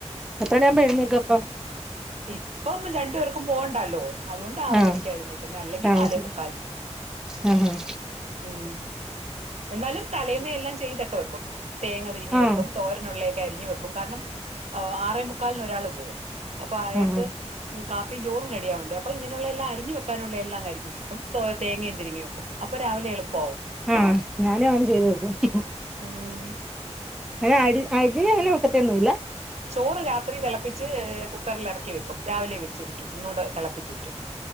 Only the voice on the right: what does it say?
ഇപ്പം രണ്ടു പേർക്കും പോകണ്ടല്ലോ അതുകൊണ്ട് ആറ്
മണിക്കാ എഴുന്നേൽക്കുന്നത് അല്ലെങ്കിൽ
നാലേ മുക്കാലിന്
ഉം എന്നാലും തലേന്നെ എല്ലാം ചെയ്തക്കെ വെക്കും തേങ്ങ പിരിഞ്ഞ്
വെക്കും തോരനുള്ളയൊക്കെ അരിഞ്ഞു വെക്കും കാരണം ആറേ മുക്കാലിന് ഒരാൾ പോവും അപ്പൊ അയാൾക്ക്
കാപ്പിയും ചോറും റെഡിയാവണ്ടേ അപ്പൊ ഇങ്ങനെയുള്ള എല്ലാം അരിഞ്ഞു വെക്കാനുള്ള എല്ലാം അരിഞ്ഞ് വെക്കും തോ തേങ്ങയും തിരിങ്ങി വെക്കും അപ്പം രാവിലെ എളുപ്പം ആവും
ഉം
ചോറ് രാത്രി തിളപ്പിച്ച് കുക്കറിൽ ഇറക്കി വെക്കും രാവിലെ വെച്ച് ഊറ്റും ഒന്നുടെ തിളപ്പിച്ച് ഊറ്റും